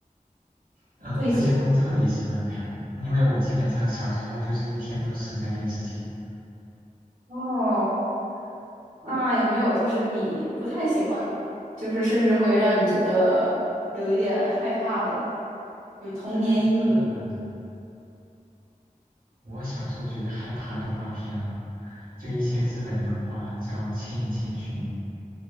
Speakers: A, on the right (about 80°); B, on the right (about 65°).
A: 呃，
B: 最喜欢
A: 这些都特别喜欢看，因为我基本上小时候就是一天都守在电视前。
B: 的？哦，那有没有就是你不太喜欢的，就是甚至会让你觉得有一点害怕的，有童年阴影？
A: 害怕的，我小时候觉得害怕动画片啊。就一些日本动画叫《千与千寻》。